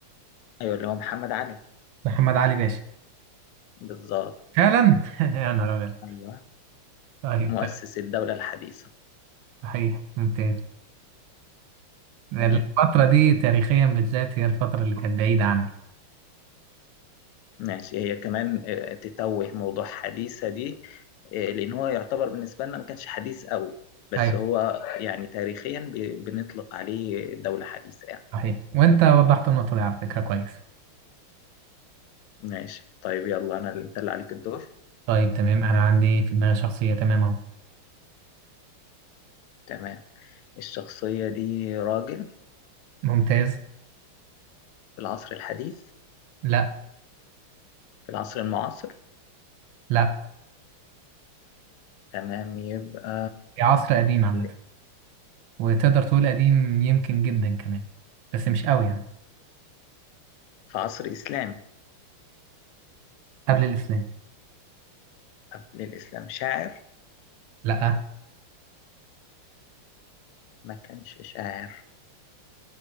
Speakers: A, on the left; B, on the right.
A: ايوه اللي هو محمد علي
B: محمد علي باشا
A: بالظبط
B: فعلا <laughs> يا نهار ابيض
A: ايوه
B: طيب
A: مؤسس
B: تمام.
A: الدولة الحديثة
B: صحيح ممتاز الفترة
A: تمام
B: دي تاريخيا بالذات هي الفترة اللي كانت بعيدة عني
A: ماشي هي كمان آه، تتوه موضوع حديثة دي آه، لان هو يعتبر بالنسبة لنا ما كانش حديث قوي بس
B: ايوه
A: هو يعني تاريخيا بي- بنطلق عليه دولة حديثة يعني
B: صحيح وانت وضحت النقطة دي على فكرة كويس
A: ماشي طيب يلا انا اللي- انت اللي عليك الدور
B: طيب تمام انا عندي في دماغي شخصية تمام اهو
A: تمام الشخصية دي راجل
B: ممتاز
A: في العصر الحديث
B: لا
A: في العصر المعاصر
B: لا
A: تمام يبقى
B: هي عصر قديم عامة
A: ال-
B: وتقدر تقول قديم يمكن جدا كمان بس مش قوي يعني
A: في عصر إسلامي
B: قبل الإسلام
A: قبل الإسلام شاعر
B: لا
A: ما كانش شاعر